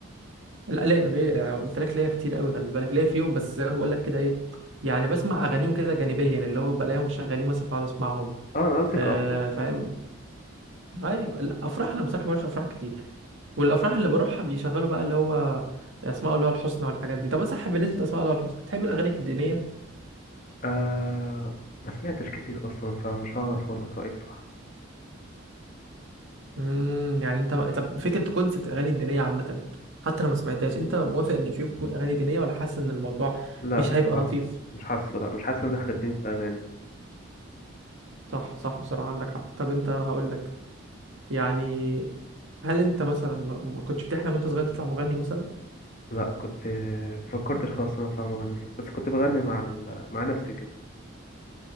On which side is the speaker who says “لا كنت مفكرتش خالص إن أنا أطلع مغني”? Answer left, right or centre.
Left